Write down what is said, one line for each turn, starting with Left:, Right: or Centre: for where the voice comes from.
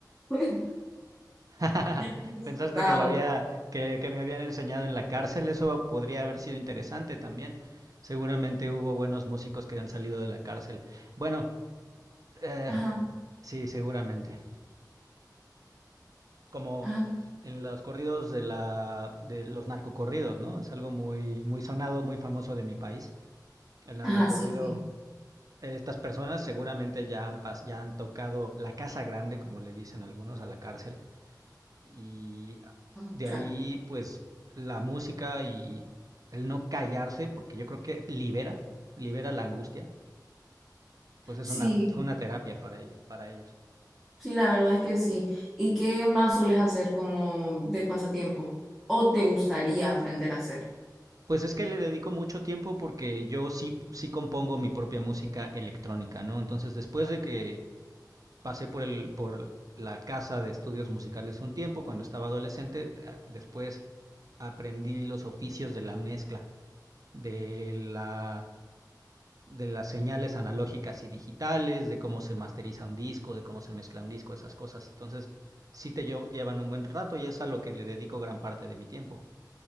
Centre: <laughs>
Right: <laughs>
Centre: ya me he asustado.
Right: Pensaste que la había, que, que me habían enseñado en la cárcel, eso podría haber sido interesante también. Seguramente hubo buenos músicos que han salido de la cárcel. Bueno, eh,
Centre: Ajá,
Right: sí, seguramente. como
Centre: ajá,
Right: en los corridos de la de los narcocorridos, ¿no? Es algo muy muy sonado, muy famoso de mi país. El narcocorrido,
Centre: ajá, sí, sí.
Right: eh, estas personas seguramente ya han pas- ya han tocado la casa grande, como le dicen algunos, a la cárcel y
Centre: Capucha.
Right: de ahí pues la música y el no callarse, porque yo creo que libera, libera la angustia, pues es
Centre: Sí,
Right: una fue una terapia para ellos, para ellos.
Centre: Sí, la verdad es que sí. ¿Y qué más sueles hacer como de pasatiempo? ¿O te gustaría aprender a hacer?
Right: Pues es que le dedico mucho tiempo porque yo sí, sí compongo mi propia música electrónica, ¿no? Entonces, después de que pasé por el, por la casa de estudios musicales un tiempo, cuando estaba adolescente, eh, después aprendí los oficios de la mezcla, de la, de las señales analógicas y digitales, de cómo se masteriza un disco, de cómo se mezcla un disco, esas cosas. Entonces, sí te llevo- llevan un buen rato y es a lo que le dedico gran parte de mi tiempo.